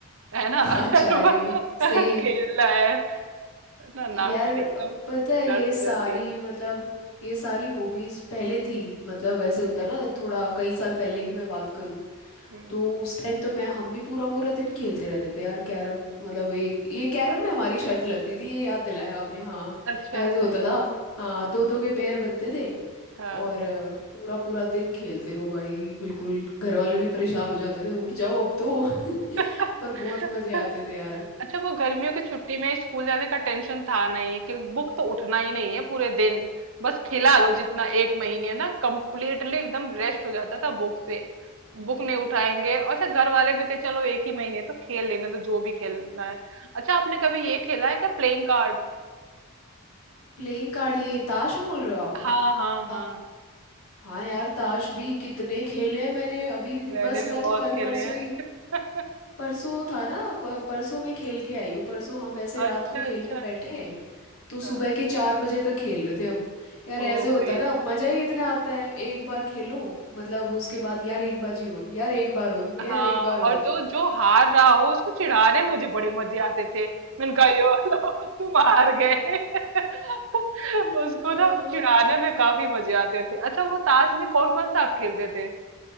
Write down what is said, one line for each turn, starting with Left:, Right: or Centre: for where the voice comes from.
Right: है ना
Left: <laughs> अच्छा
Right: <laughs>
Left: अरे सेम
Right: खेलना है ना नाख़ून
Left: यार
Right: एकदम
Left: पता है
Right: दर्द
Left: ये सारी
Right: हो जाती है।
Left: मतलब ये सारी हॉबीज पहले थी मतलब ऐसे होता है ना थोड़ा कई साल पहले की मैं बात करूं
Right: हुँ,
Left: तो उस टाइम तो मैं हम भी पूरा पूरा दिन खेलते रहते थे यार कैरम मतलब एक ये कैरम में हमारी शर्त लगती थी ये याद दिलाया आपने हाँ
Right: अच्छा,
Left: ऐसे होता था हाँ दो दो के पेयर बनते थे
Right: हाँ।
Left: और अ, पूरा पूरा दिन खेलते रहो भाई बिल्कुल घर वाले भी परेशान हो जाते थे उठ जाओ अब तो <laughs>
Right: <laughs>
Left: पर बहुत मजे आते थे यार
Right: अच्छा वो गर्मियों की छुट्टी में स्कूल जाने का टेंशन था नहीं कि बुक तो उठना ही नहीं है पूरे दिन, बस खिला लो जितना 1 महीने ना कंप्लीटली एकदम रेस्ट हो जाता था बुक से। बुक नहीं उठाएँगे अच्छा घर वाले भी थे चलो 1 ही महीने तो खेल लेने दो जो भी खेलना है। अच्छा आपने कभी ये खेला है क्या प्लेइंग कार्ड?
Left: Playing card ये ताश बोल रहे हो आप
Right: हाँ, हाँ, हाँ।
Left: आ, हाँ यार ताश भी कितने खेले हैं मैंने अभी
Right: मैंने
Left: बस
Right: भी
Left: मैं
Right: बहुत
Left: तो कल
Right: खेले
Left: परसों
Right: हैं।
Left: ही
Right: <laughs>
Left: परसों था ना प- परसों मैं खेल के आई हूँ परसों हम ऐसे रात
Right: अच्छा,
Left: को
Right: अच्छा।
Left: खेलने बैठे
Right: हाँ,
Left: तो सुबह के चार बजे तक खेल रहे थे हम यार ऐसे
Right: ओह
Left: होता
Right: भाई!
Left: है ना मजा ही इतना आता है एक बार खेलो मतलब उसके बाद यार एक बाजी और यार एक बार और
Right: हाँ
Left: यार एक बार और
Right: और जो जो हार रहा हो उसको चिढ़ाने में मुझे बड़े मजे आते थे मैंने कहा यो लो, तुम हार गए <laughs>
Left: <laughs>
Right: उसको ना तो चिढ़ाने में काफी मजे आते थे अच्छा वो ताश में कौन कौन सा आप खेलते थे